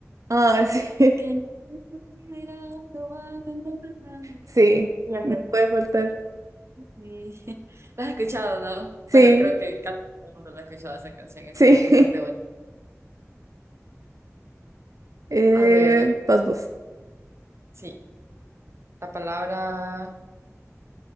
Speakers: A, on the right; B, on the right.
A: Ah,
B: Why
A: sí.
B: can't
A: <laughs>
B: you be around the one and not the
A: Sí.
B: Y hace-
A: No puede faltar.
B: <laughs> ¿La has escuchado, no?
A: Sí,
B: Bueno, creo que casi todo el mundo la ha escuchado, esa canción es
A: sí.
B: bastante
A: <laughs>
B: bonita.
A: Eh,
B: A ver,
A: Pasbus.
B: sí, la palabra